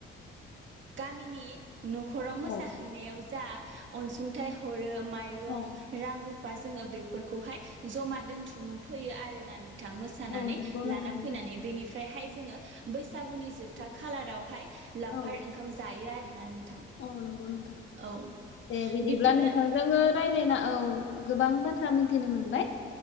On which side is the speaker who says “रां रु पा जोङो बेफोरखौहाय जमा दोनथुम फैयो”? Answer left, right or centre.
Right